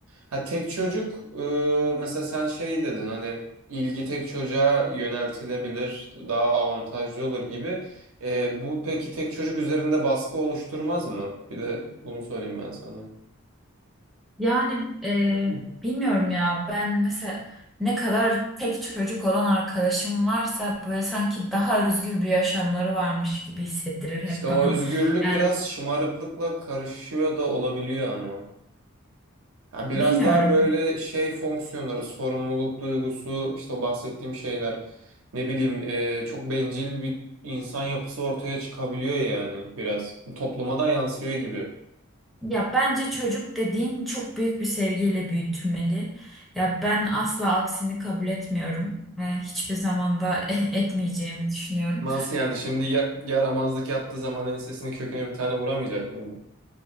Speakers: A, on the right; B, in the centre.
A: Ha tek çocuk ee, mesela sen şey dedin hani ilgi tek çocuğa yöneltilebilir daha avantajlı olur gibi. E, bu peki tek çocuk üzerinde baskı oluşturmaz mı? Bir de bunu sorayım ben sana.
B: Yani e,
A: Hı.
B: bilmiyorum ya ben mesela ne kadar tek çocuk olan arkadaşım varsa böyle sanki daha özgür bir yaşamları varmış gibi hissettirir
A: İşte
B: hep
A: o
B: bana.
A: özgürlük
B: Yani
A: biraz şımarıklıkla karışıyor da olabiliyor ama. Ya biraz
B: bilmiyorum
A: daha böyle şey fonksiyonları, sorumluluk duygusu, işte o bahsettiğim şeyler. Ne bileyim, e, çok bencil bir insan yapısı ortaya çıkabiliyor yani biraz. Topluma da yansıyor gibi.
B: ya bence çocuk dediğin çok büyük bir sevgiyle büyütülmeli. Ya ben asla aksini kabul etmiyorum. E, hiçbir zamanda <laughs> etmeyeceğimi düşünüyorum.
A: Nasıl yani şimdi ya- yaramazlık yaptığı zaman ensesini köküne bir tane vuramayacak mıyım?